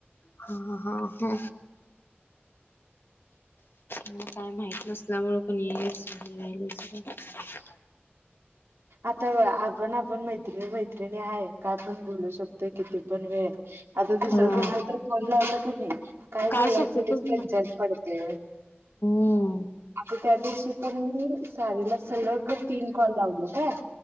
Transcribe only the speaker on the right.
आता अ ना पण मैत्रिणी मैत्रिणी आहे काय पण बोलू शकतोय किती पण वेळ आता दुसरं
कोण आहे तर फन लावलं क नाही काही
बोलायच
टनशन पडते
आता त्या दिवशी पण मी सारीला सलग तीन कॉल लाव का